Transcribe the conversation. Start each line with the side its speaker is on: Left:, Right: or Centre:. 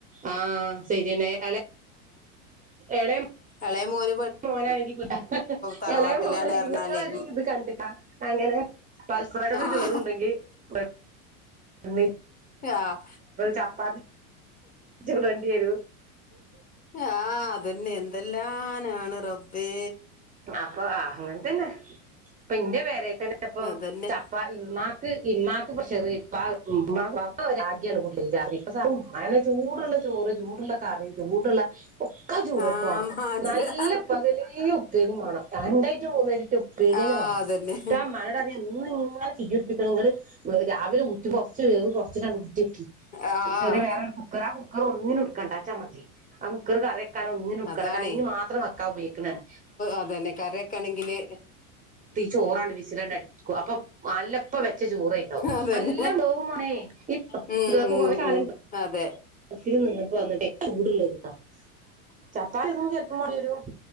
Right: ആഹ് ശെരിന്നെ എളെ എളെ
Left: എളയമോന്
Right: മോനാണങ്കി <unintelligible>
Left: തറവാട്ടിലാണ്
Right: എളയമോനാ
Left: പറഞ്ഞാലേ
Right: ങ്ങൾ
Left: ഉം
Right: ഇത് കണ്ട്ക്കാ അങ്ങനെ പൽപ്പറ <unintelligible>
Left: ആഹ്
Right: ചോറുണ്ടെങ്കി <unintelligible>
Left: ആഹ്
Right: ചപ്പാത്തി ചൂടേണ്ടി വരും
Left: ആഹ് അതന്നെ എന്തെല്ലാനാണ് റബ്ബേ
Right: അപ്പൊ അങ്ങനെ തന്നെ ഇപ്പ എന്റെ പേരെ തന്നെ ഇപ്പം
Left: അതന്നെ
Right: ചപ്പ മ്മാ ഇമ്മാക്ക് പ്രഷർ ഇപ്പ ഉമ്മാ <unintelligible> ഇപ്പാങ്ങനെ ചൂടുള്ള ചോറ് ചൂടുള്ള കറി ചൂടുള്ള ഒക്കെ ചൂട്
Left: ആഹ്
Right: എടുക്കുവാണ്
Left: മാജിദ്
Right: നല്ല പകലയും ഉപ്പേരിം മാണം രണ്ടായ്റ്റം മൂന്നയ്റ്റേറ്റെ ഉപ്പേരിയെന്നെ
Left: ആഹ്
Right: വാണം
Left: അതന്നെ
Right: ട്ടാൻ മ്മാനോടറയാ എന്നുംങ്ങനെ തിയ്യുട്പ്പിക്കണ ങ്ങള് രാവിലെ ഉറ്റു ച്ച് വേവ് കൊർച്ച്കാണ്ട്‌ അങ്ങട് ഊറ്റി വെക്കും
Left: ആഹ്
Right: ചെറിയ വേറെ ഒരു കുക്കർ ആ കുക്കർ ഒന്നിനും ട്ക്കണ്ടച്ചാ മതി ആ കുക്കറ് കറി വക്കാനും ഒന്നിനുട്ക്കണ്ട
Left: അതാണേ
Right: കഞ്ഞി മാത്രം വെക്കാൻ ഉപോഗിക്കണാണ്
Left: അതന്നെ കറിയെക്കാണെങ്കില്
Right: ചോറാണ് വിസിലണ്ട്‌ അട്പ്പിക്കും അപ്പൊ നല്ലപ്പവെച്ച ചോറ്ണ്ടാവും
Left: അതന്നെ
Right: നല്ല വേവും വേണം ആണേ ഇപ്പം <unintelligible>
Left: ഉം ഉം
Right: കൊറേ കാലം
Left: ഉം
Right: <unintelligible>
Left: അതെ
Right: നിന്നു വന്നിട്ടേ ചൂടുള്ള തിന്ന ചപ്പാത്തി ഒന്ന് ചെൽപ്പം മാണ്ടിയേരും